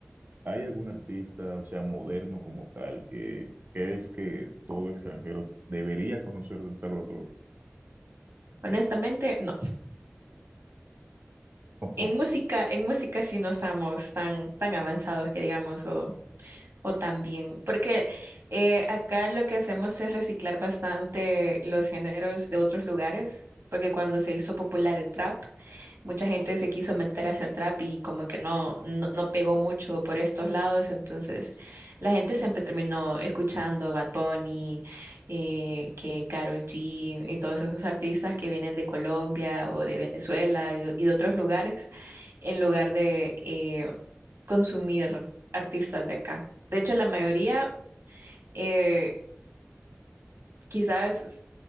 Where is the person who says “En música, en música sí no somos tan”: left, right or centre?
Right